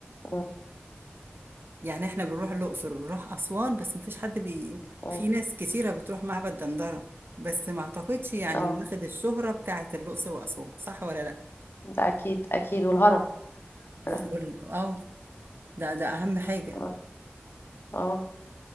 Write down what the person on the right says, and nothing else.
يعني احنا بنروح الاقصر وبنروح اسوان بس مفيش حد بي
في ناس كتيره بتروح معبد دندره بس ما اعتقدش يعني
واخد الشهره بتاعه الاقصر واسوان صح ولا لا
وأقول- اه ده ده اهم حاجه